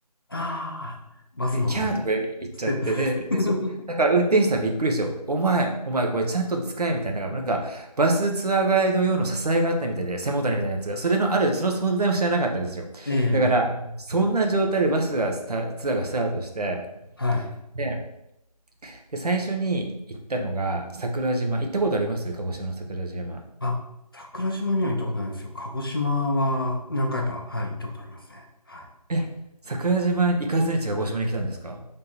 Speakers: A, on the left; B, on the right.
A: ああ、バスの
B: で、キャーとか言っちゃって、
A: ステップ。
B: で、で、そ、だから運転手さんびっくりしてよ。お前、お前これちゃんと使えみたいな、なんか、なんかバスツアーガイド用の支えがあったみたいで、背もたれみたいなやつが、それのある、その存在も知らなかったですよ。
A: <laughs> ええ、
B: だから、そんな状態でバスがスタ、ツアーがスタートして、
A: はい。
B: で、で、最初に行ったのが桜島。行ったことあります鹿児島の桜島。
A: あ、桜島には行ったことないんですよ。鹿児島は何回か、はい、行ったことありますね。はい。
B: え、桜島行かずに鹿児島に来たんですか